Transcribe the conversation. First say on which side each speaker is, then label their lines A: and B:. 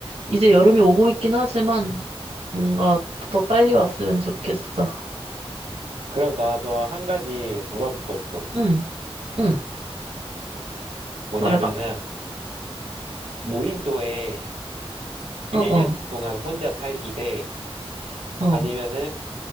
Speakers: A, on the right (about 65°); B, on the right (about 85°).
A: 이제 여름이 오고 있긴 하지만, 뭔가 더 빨리 왔으면 좋겠어.
B: 그럼 나도 한 가지 물어볼 거 있어.
A: 응, 응,
B: 뭐냐면은,
A: 말해봐. 응,
B: 무인도에 1년
A: 어, 어,
B: 동안 혼자 살기 대,
A: 어.
B: 아니면은